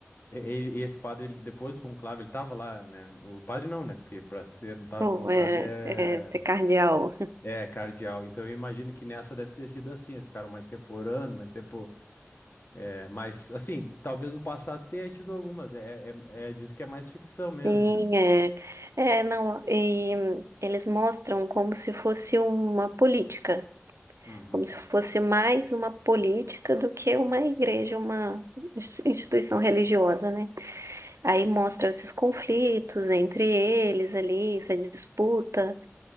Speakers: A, on the left; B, on the right.
A: e- ele- e esse padre, ele- depois do conclave, ele tava lá, né? O padre não, né? Porque pra ser, estar
B: Pô,
A: no conclave
B: é,
A: é.
B: é, ter cardeal.
A: É, cardeal. Então eu imagino que nessa deve ter sido assim. Eles ficaram mais tempo orando, mais tempo. É, mas, assim, talvez no passado tenha tido algumas. É, é, é, diz que é mais ficção
B: Sim,
A: mesmo, né?
B: é. É, não, e eles mostram como se fosse uma política.
A: Uhum.
B: como se fosse mais uma política do que uma igreja, uma ins- instituição religiosa, né? Aí mostra esses conflitos entre eles ali, essa disputa.